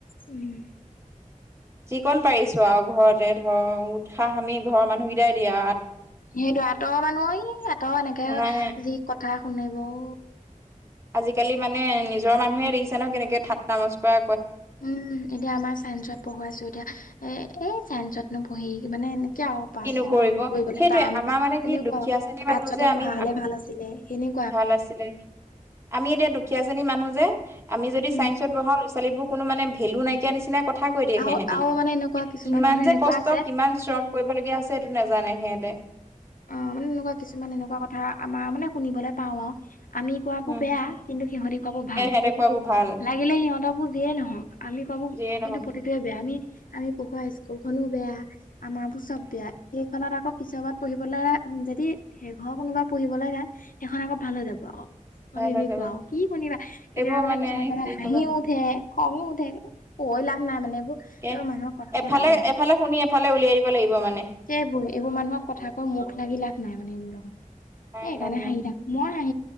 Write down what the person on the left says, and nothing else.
উম।
সেইটো আঁতৰৰ মানুহ ই আঁতৰ এনেকে,
যি কথা শুনিব অ'
উম, এতিয়া আমাৰ চাইন্সত পঢ়োৱাইছো এতিয়া, এ-এই চাইন্সতনো পঢ়ি মানে এনে <unintelligible> পাছ
হেনো কৰিবলে
টান,
তেনেকুৱা
আৰু,
আৰ্টচতে
পঢ়া হ'লে ভাল আছিলে। সেনে
উম
আৰু
আৰু মানে এনেকুৱা কিছুমান
মানুহ এনেকুৱা
আছে
অ মানে এনেকুৱা কিছুমান এনেকুৱা কথা আমাৰ মানে, শুনিবলে পাওঁ আওঁ। আমি কোৱাবোৰ
বেয়া, কিন্তু সিহঁতি কোৱাবোৰ ভাল।
লাগিলে সিহঁতবোৰ যিয়েই নহওঁক। আমি কোৱাবো,
কিন্তু প্ৰতিটোৱে বেয়া। আমি, আমি পঢ়োৱা স্কুলখনো বেয়া আমাৰ বোৰ চব বেয়া। এইকনত আকৌ পিছৰবাৰত পঢ়িবলে যদি সেইঘৰৰ কোনোবা পঢ়িবলৈ যায়, সেইখন আকৌ ভাল হৈ যাব। মানে
এনেকুৱা
আও, কি শুনিবা, কেতিয়াবা
মানে কিছুমান কথাত
হাঁহিও
উঠে। খংউ উঠে, কৈ লাভ নাই মানে এইবোৰ
মানুহক কথা
কৈ লাভ নাই।
এইবোৰ এইবোৰ মানুহক কথা কৈ মুখ লাগি লাভ নাই মানে এইবোৰ লগত।
এ এইকাৰণে
হাঁহি
থাক, মই হাঁহি